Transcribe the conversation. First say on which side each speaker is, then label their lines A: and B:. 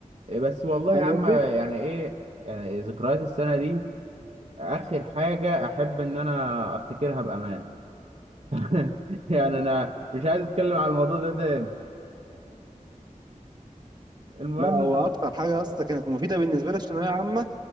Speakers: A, on the right; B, on the right.
A: إيه بس والله
B: فاهم
A: يا عم
B: قصدي؟
A: يعني ايه يعني ذكريات السنه دي اخر حاجه احب ان انا افتكرها بامان <laughs> يعني انا مش عايز اتكلم على الموضوع ده تاني المهم
B: لا هو
A: انت
B: اكتر حاجه يا اسطى كانت مفيده بالنسبه لي في الثانويه عامه